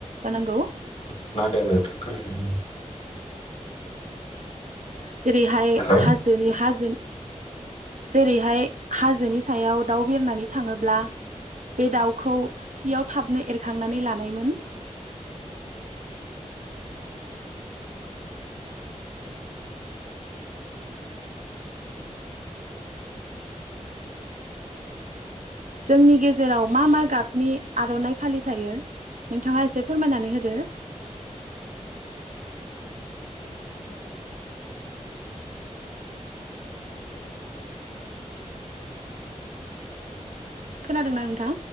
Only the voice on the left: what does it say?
खोनादों नोंथां खोनादों।
हेलौ